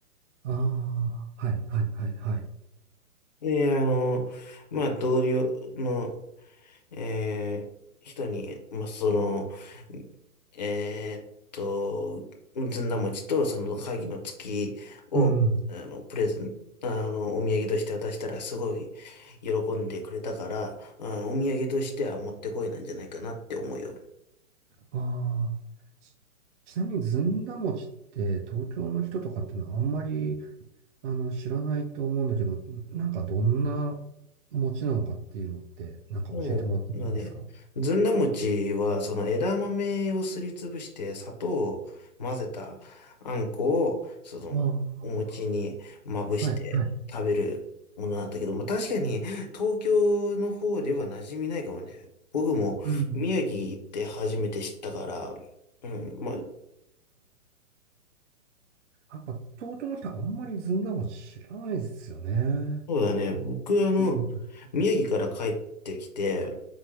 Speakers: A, on the right; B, on the left.
A: ああ、はい、はい、はい、はい。
B: で、あの、まあ、同僚の、えー人に、まあ、その、えーっと、ずんだ餅と、その、会議の月を、
A: うん。
B: あの、プレゼン、あの、お土産として渡したら、すごい喜んでくれたから、あのお土産としては持ってこいなんじゃないかなって思うよ。
A: ああ。ちちなみにずんだ餅って東京の人とかっていうのはあんまり、あの、知らないと思うんだけど、んなんかどんな餅なのかっていうのって、なんか教えてもらってもいいですか
B: もう、なんかね、ずんだ餅は、その枝豆をすりつぶして、砂糖を混ぜたあんこを、その、
A: あ
B: お餅にまぶして食べるものなんだけど、
A: あー、はい、はい。
B: まあ、確かに、東京の方では馴染みないかもね。僕も、
A: うん。
B: 宮城行って初めて知ったから、うん、まあ、
A: やっぱ、弟の人はあんまりずんだも知らないですよね。
B: そうだね。僕、あの、
A: うん。
B: 宮城から帰ってきて、